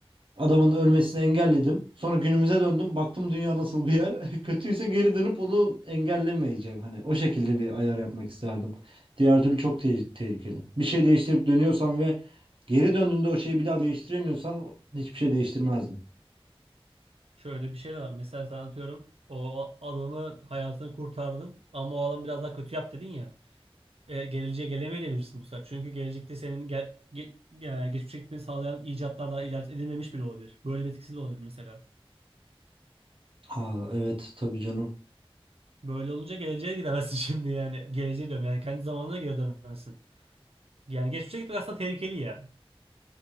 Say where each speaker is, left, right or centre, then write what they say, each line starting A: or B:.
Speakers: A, on the right; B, on the right.
A: adamın ölmesini engelledim. Sonra günümüze döndüm baktım dünya nasıl bir yer <laughs> kötüyse geri dönüp onu engellemeyeceğim hani o şekilde bir ayar yapmak isterdim. Diğer türlü çok te- tehlikeli. Bir şey değiştirip dönüyorsan ve geri döndüğünde o şeyi bir daha değiştiremiyorsan o- hiçbir şey değiştirmezdim.
B: Şöyle bir şey de var. Mesela sen atıyorum o adamı hayatını kurtardın ama o adam biraz daha kötü yap dedin ya. e, geleceğe gelemeyebilirsin bu sefer. Çünkü gelecekte senin ge ge e, geçmişe gitmeni sağlayan icatlar daha icat edilmemiş bile olabilir. Böyle bir etkisi de olabilir mesela.
A: Aa, evet tabii canım.
B: Böyle olunca geleceğe gidemezsin <laughs> şimdi yani. Geleceğe diyorum yani kendi zamanına geri dönemezsin. Yani geçmişe gitmek aslında tehlikeli ya.